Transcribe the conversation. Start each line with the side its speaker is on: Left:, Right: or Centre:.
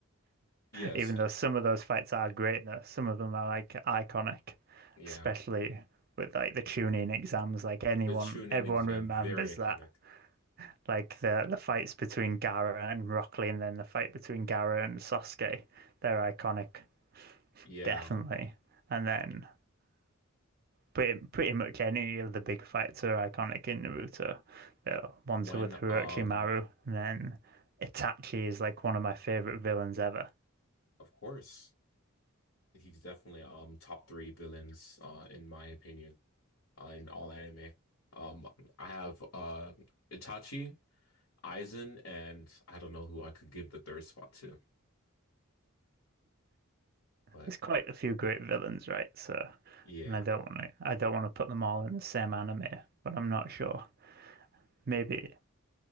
Left: Yes,
Right: Even though some of those fights are great, though, some of them are like iconic,
Left: yeah,
Right: especially with like the tuning exams. Like anyone,
Left: the Chunin
Right: everyone
Left: exam
Right: remembers
Left: very iconic.
Right: that. Like the the fights between Gaara and Rock Lee, and then the fight between Gaara and Sasuke, they're iconic,
Left: Yeah,
Right: definitely. And then pretty pretty much any of the big fights are iconic in Naruto. The ones
Left: when
Right: with Orochimaru,
Left: um
Right: and then Itachi is like one of my favorite villains ever.
Left: of course he's definitely um top three villains uh in my opinion uh, in all anime. Um I have uh Itachi, Aizen, and I don't know who I could give the third spot to, but
Right: There's quite a few great villains, right? So,
Left: yeah.
Right: and I don't want to I don't want to put them all in the same anime, but I'm not sure. Maybe